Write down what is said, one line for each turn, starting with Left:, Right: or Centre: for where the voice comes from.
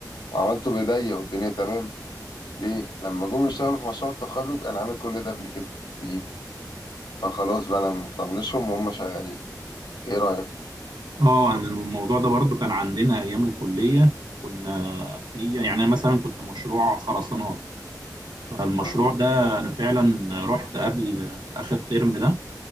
Left: وعملته بايديا والدنيا تمام ليه لما جم يشتغلوا في مشروع التخرج انا عامل كل ده قبل كده بايدي فخلاص بقى انا مطنشهم وهم شغالين ايه رايك
Right: اه انا الموضوع ده برضو كان عندنا ايام الكلية كنا في يعني انا مثلا كنت مشروع خرسانات فالمشروع
Left: مم.
Right: ده انا فعلا رحت قبل اخر ترم ده